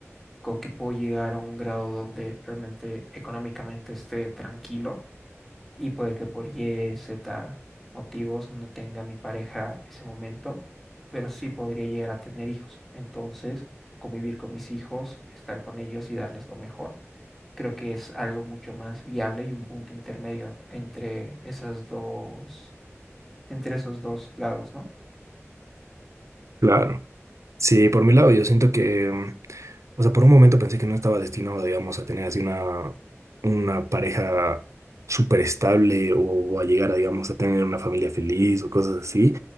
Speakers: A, in the centre; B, on the right.
A: creo que puedo llegar a un grado donde realmente económicamente esté tranquilo y puede que por Y, Z motivos no tenga mi pareja ese momento, pero sí podría llegar a tener hijos. Entonces, convivir con mis hijos, estar con ellos y darles lo mejor, creo que es algo mucho más viable y un punto intermedio entre esas dos, entre esos dos lados, ¿no?
B: Claro. Sí, por mi lado, yo siento que, mm, o sea, por un momento pensé que no estaba destinado, digamos, a tener así una, una pareja súper estable o, a llegar a, digamos, a tener una familia feliz o cosas así.